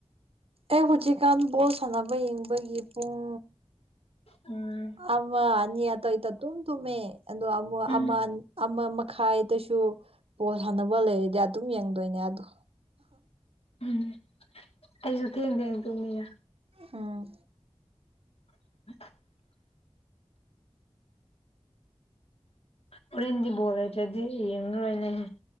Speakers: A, on the right; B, on the left.
A: ꯑꯩ ꯍꯧꯖꯤꯛꯀꯥꯟ ꯕꯣꯜ ꯁꯥꯟꯅꯕ ꯌꯦꯡꯕꯒꯤ ꯄꯨꯡ
B: ꯎꯝ
A: ꯑꯃ ꯑꯅꯤ ꯑꯗꯋꯥꯏꯗꯥ ꯗꯨꯝ ꯇꯨꯝꯃꯦ ꯑꯗꯣ ꯑꯃꯨꯛ
B: ꯎꯝ
A: ꯑꯃ ꯑꯃ ꯃꯈꯥꯏꯗꯁꯨ ꯕꯣꯜ ꯁꯟꯅꯕ ꯂꯩꯔꯗꯤ ꯑꯗꯨꯝ ꯌꯦꯡꯗꯣꯏꯅꯦ ꯑꯗꯣ
B: ꯎꯝ ꯑꯩꯁꯨ ꯊꯦꯡ ꯊꯦꯡ ꯇꯨꯝꯃꯤꯔ
A: ꯎꯝ
B: <unintelligible> ꯍꯣꯔꯦꯟꯗꯤ ꯕꯣꯜ ꯂꯩꯇꯔꯗꯤ ꯌꯦꯡꯉꯔꯣꯏꯅꯦ